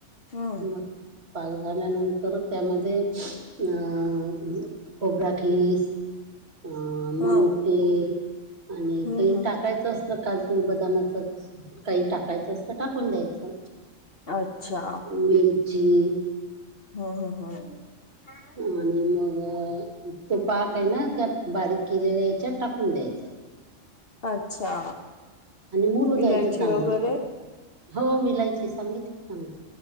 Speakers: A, on the left (about 45°); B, on the right (about 50°).
A: हां
B: मग पाक झाल्यानंतर त्यामध्ये अ खोबरा खीस अं मनुके
A: हा
B: आणि
A: हम्म
B: काही
A: हम्म
B: टाकायचं असल काजू बदामाचच काही टाकायचं असत टाकून द्यायचं
A: अच्छा
B: वेलची.
A: हा हा हं
B: आणि मग ते पाक आहे ना त्यात बारीक केलेल्या याच्यात टाकून द्यायचा.
A: अच्छा
B: मुरू द्यायचं
A: इलायची
B: चांगलं
A: वगैरे.
B: हो ईलायची सांगितली ना मी.